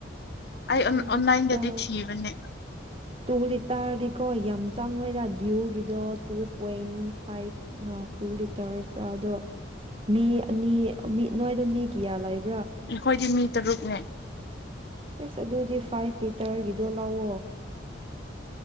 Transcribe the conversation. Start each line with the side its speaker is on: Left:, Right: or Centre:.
Left: ꯑꯩ
Right: ꯇꯨꯡ
Left: ꯑꯣꯟꯂꯥꯏꯟꯗꯗꯤ
Right: ꯇ
Left: ꯊꯤꯕꯅꯦ
Right: ꯇꯨꯡ ꯂꯤ ꯇꯥꯗꯤ ꯀꯣ ꯌꯥꯝ ꯆꯪꯉꯣꯏꯗ ꯗꯗꯤꯌꯎꯒꯤꯗꯣ two point five two litres ꯑꯗꯣ ꯃꯤ ꯑꯅꯤ ꯅꯣꯏꯗꯣ ꯃꯤ ꯀꯌꯥ ꯂꯩꯕ
Left: ꯈꯣꯏꯗꯤꯃꯤ ꯔꯨꯛꯅꯦ
Right: ꯌꯦꯁ ꯑꯗꯨꯗꯨꯗꯤ ꯐꯥꯏꯚ ꯂꯤꯇꯔꯒꯤꯗꯣ ꯂꯥꯛꯑꯣ